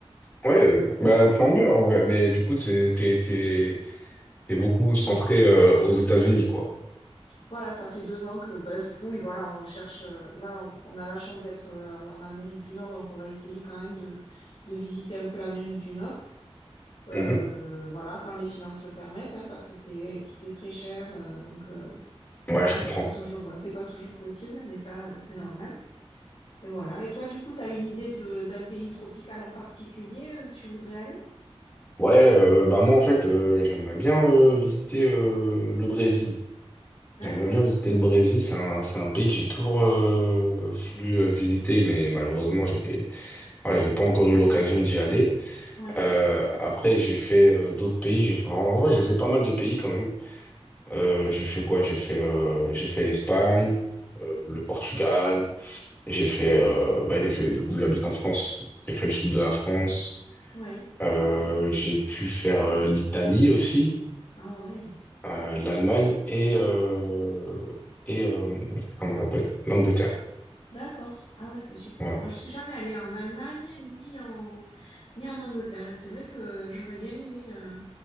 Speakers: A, on the left; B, on the left.
A: Ouais, euh, bah, tant mieux en vrai. Mais du coup, t'es, t'es, t'es, t'es beaucoup centré euh, aux États-Unis, quoi.
B: Voilà, ça fait deux ans que, ben, f- oui, voilà, on cherche, euh, là, on, on a la chance d'être euh, en Amérique du Nord, donc on va essayer quand même de, de visiter un peu l'Amérique du Nord. Euh,
A: Mhm.
B: voilà, quand les finances le permettent, hein, parce que c'est tout est très cher, euh, donc euh,
A: Ouais,
B: voilà,
A: je comprends.
B: c'est pas toujours, c'est pas toujours possible, mais ça, euh, c'est normal. Et voilà. Et toi, du coup, t'as une idée de d'un pays tropical en particulier où tu voudrais aller?
A: Ouais, euh, bah moi en fait, euh, j'aimerais bien euh, visiter euh, le Brésil.
B: D'accord.
A: J'aimerais bien visiter le Brésil, c'est un, c'est un pays que j'ai toujours euh, voulu euh, visiter, mais malheureusement, j'ai voilà, j'ai pas encore eu l'occasion d'y aller.
B: Ouais.
A: Euh, après, j'ai fait euh, d'autres pays. J'ai fait- En vrai, j'ai fait pas mal de pays quand même. Euh, j'ai fait quoi? J'ai fait euh, j'ai fait l'Espagne, euh, le Portugal. J'ai fait euh, bah, j'ai fait du coup j'habite en France. J'ai fait le sud de la France.
B: Ouais.
A: Euh, j'ai pu faire euh, l'Italie aussi,
B: Ah ouais.
A: euh, l'Allemagne et euh, et euh, comment ça s'appelle? L'Angleterre.
B: D'accord. Ah ouais, c'est super.
A: Ouais,
B: Moi, je suis jamais allée en Allemagne ni en ni en Angleterre. Et c'est vrai que j'aurais bien aimé. euh,